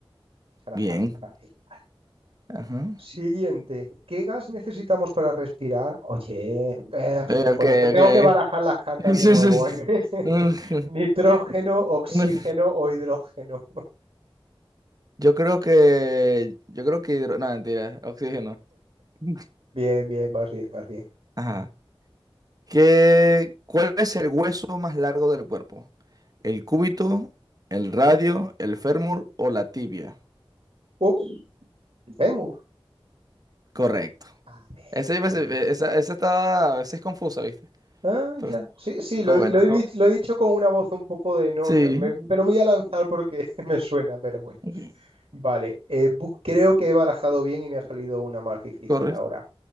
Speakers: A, on the right; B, on the right.
A: será
B: Bien.
A: fácil, fácil. Vale.
B: Ajá.
A: Siguiente, ¿qué gas necesitamos para respirar? Oye, eh,
B: Eh,
A: no puede
B: ok,
A: ser, tengo
B: ok.
A: que barajar las cartas
B: <laughs> Sí,
A: de nuevo,
B: sí, sí.
A: ¿eh? <laughs>
B: <laughs>
A: Nitrógeno, oxígeno
B: Bueno,
A: o hidrógeno.
B: Yo creo que, yo creo que, hidro- no, mentira, oxígeno. <laughs>
A: Bien, bien, vas bien, vas bien.
B: Ajá. ¿Qué, cuál es el hueso más largo del cuerpo? ¿El cúbito, el radio, el fémur o la tibia?
A: Ups, fémur.
B: Correcto.
A: Ah,
B: Esa, iba
A: bien,
B: a ser-
A: bien,
B: esa, esa está a veces confusa, ¿viste?
A: Ah,
B: Pero
A: ya. Sí, sí,
B: estuvo
A: lo, he
B: buena.
A: lo
B: estuvo
A: he dicho,
B: buena.
A: lo he dicho con una voz un poco de no,
B: Sí.
A: no, me- pero me voy a lanzar porque <laughs> me suena, pero bueno.
B: ok,
A: Vale, eh, bu- creo que he barajado bien y me ha salido una más difícil
B: Correcto.
A: ahora.